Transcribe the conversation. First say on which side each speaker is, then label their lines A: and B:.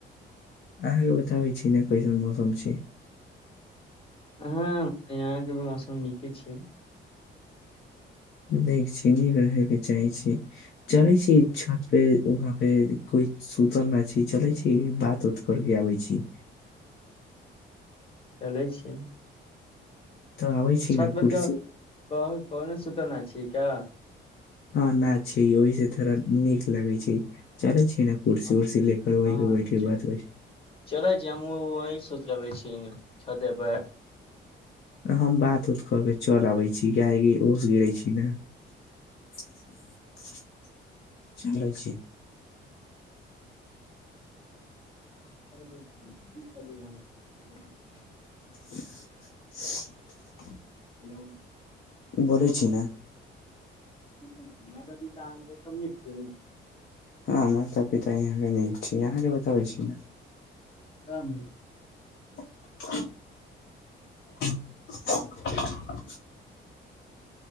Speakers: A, on the left (about 55°); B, on the left (about 25°).
A: अहांके बताबै छी कैसन मौसम छै
B: हँ यहाँ के भी मौसम नीके छय
A: नीक छी नीक रहय के चाहय छी चलै छी छत पे वहाँ पे कोइ सुतल नहि छै चलै छी बात उत करके आबै छी
B: चलै छीय
A: तऽ आबै छी
B: छतमे
A: ने कुर्सी
B: के केहो कोनो कोनो सूतल ना छी क्या
A: हँ ना छी ओहि से थोड़ा नीक लागे छै चले छी ने कुर्सी
B: ह
A: उर्सी लेकर वही
B: हँ
A: पे बैठ के बात करै छी
B: चलै छी हमहु वही सुत लबै छी छते पर
A: हम बात उत क के चल आबै <unintelligible> अो सो
B: <inaudible>
A: <inaudible>
B: <inaudible>
A: बलै छी ने
B: <unintelligible>
A: हँ माता पिता यहाँके नीक छै यहाँके बताबै छी ने
B: तम
A: <inaudible> <unintelligible>